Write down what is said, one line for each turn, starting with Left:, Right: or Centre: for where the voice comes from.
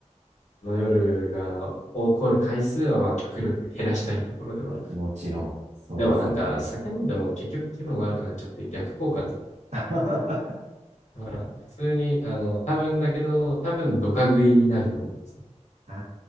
Left: この夜が起こる回数はまあ極力減らしたいところでは。
Right: もちろん、そうですよね。
Left: でもなんか酒飲んでも結局気分悪くなっちゃって逆効果だな。
Right: <laughs>
Left: まあ、普通に、あの、多分だけど、多分ドカ食いになると思います。
Right: あ